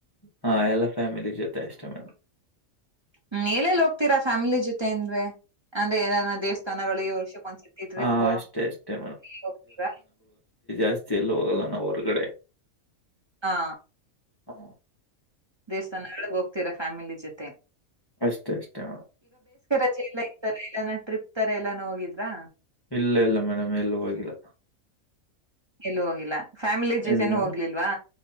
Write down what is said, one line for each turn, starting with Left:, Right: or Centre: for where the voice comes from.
Left: ಹಾ ಎಲ್ಲ ಫ್ಯಾಮಿಲಿ ಜೊತೆ ಇಷ್ಟ ಮೇಡಂ
Right: ಹ್ಮ್ ಹೇಳೆಲ್ ಹೋಗ್ತೀರಾ ಫ್ಯಾಮಿಲಿ ಜೊತೆನ್್ವೆ ಏನ ದೇವಸ್ಥಾನಗಳು ಈ ವರ್ಷಕ್ಕ ಒಂದ್ಸರ್ತಿ ಟ್ರಿಪ್
Left: ಹಾ ಅಷ್ಟೇ ಅಷ್ಟೇ
Right: ಹೋಗ್ತರ
Left: ಜಾಸ್ತಿಯಲ್ಲೂ ಹೋಗಲ ನಾವು ಹೊರಗಡೆ
Right: ಹಾ
Left: ಹಾ
Right: ದೇವಸ್ಥಾನಗಳಳಗ್ ಹೋಗ್ತೀರಾ ಫ್ಯಾಮಿಲಿ ಜೊತೆ
Left: ಅಷ್ಟೇ ಅಷ್ಟೇ ಮಾಮ್
Right: ೆ ಎಲ್ಲ ಇತಾರೆ ಎಲ್ಲಾನ ಟ್ರಿಪ್ ತರ ಎಲ್ಲಾನ ಹೋಗಿದ್ರಾ
Left: ಇಲ್ಲ ಇಲ್ಲ ಮೇಡಮ್ ಎಲ್ಲ ಹೋಗಿಲ್ಲ
Right: ಎಲ್ಲ ಹೋಗಿಲ್ಲ ಫ್ಯಾಮಿಲಿ ಜೊತೆನು
Left: ಇಲ್ಲ
Right: ಹೋಗ್ಲಿಲ್ವಾ